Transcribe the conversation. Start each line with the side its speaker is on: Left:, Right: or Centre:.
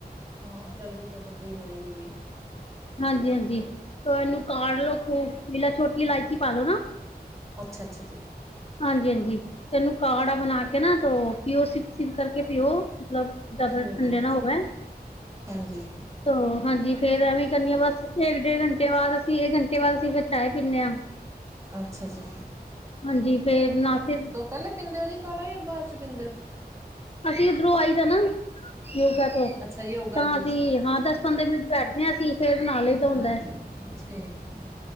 Right: ਹਾਂ, ਚੱਰਬੀ ਤੇ ਵਧਦੀ ਮੇਰੇ ਵੀ ਬਈ।
Left: ਹਾਂਜੀ-ਹਾਂਜੀ, ਤੋ ਏਨੂੰ ਕਾੜਲੋੋ ਖੂਬ, ਮਿਲਾ ਛੋਟੀ ਇਲਾਇਚੀ ਪਾਲੋ ਨਾ।
Right: ਅੱਛਾ-ਅੱਛਾ ਜੀ।
Left: ਹਾਂਜੀ-ਹਾਂਜੀ। ਇਹਨੂੰ ਕਾੜਾ ਬਣਾਕੇ ਨਾ ਤੋ, ਪੀਓ, ਸਿਪ-ਸਿਪ ਕਰਕੇ ਪੀਓ, ਮਤਲਬ ਜ਼ਿਆਦਾ
Right: ਠੀਕ
Left: ਠੰਡੇ
Right: ਹੈ
Left: ਨਾ ਹੋਵੈ,
Right: ਹਾਂਜੀ
Left: ਤ ਹਾਂਜੀ ਫੇਰ ਐਵੇਂ ਕਰਨੀ ਆ ਬਸ, ਏਕ-ਡੇਢ ਘੰਟੇ ਬਾਦ ਅਸੀ, ਏਕ ਘੰਟੇ ਬਾਦ ਅਸੀਂ ਫੇਰ ਚਾਏ ਪੀਂਨੇ ਆਂ।
Right: ਅੱਛਾ ਜੀ
Left: ਹਾਂਜੀ, ਫੇਰ ਨਾ ਫਿਰ
Right: ਪੈਲੇ ਪੀਂਦੇ ਓ ਜੀ ਕਾੜਾ, ਯਾ ਬਾਅਦ 'ਚ ਪੀਂਦੇ ਓ?
Left: ਅਸੀਂ ਉੱਧਰੋਂ ਆਈ ਦਾ ਨਾ, ਯੋਗਾ ਤੋ,
Right: ਅੱਛਾ ਯੋਗਾ
Left: ਤਾਂ
Right: ਤੋਂ
Left: ਅਸੀਂ
Right: ਜੀ
Left: ਹਾਂ ਦੱਸ ਪੰਦਰੇ ਮਿੰਟ ਬੈਠਦੇ ਆਂ ਅਸੀਂ, ਫੇਰ ਬਣਾ ਲਈ ਦਾ ਹੁੰਦਾ,
Right: ਹਾਂਜੀ ਠੀਕ ਹੈ